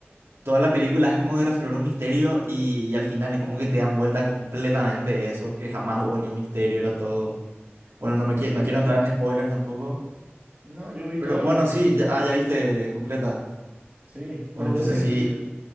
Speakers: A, on the right; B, on the right.
A: Toda la película es como de resolver un misterio y, y al final es como que te dan vuelta completamente eso, que jamás hubo ni un misterio, era todo... Bueno, no me quie- no quiero entrar en spoilers tampoco.
B: No, yo vi
A: Pero
B: toda la
A: bueno,
B: película,
A: sí,
B: no importa.
A: ya, ah, ya viste completa.
B: Sí,
A: Bueno,
B: dos
A: entonces
B: veces
A: sí,
B: inclusive.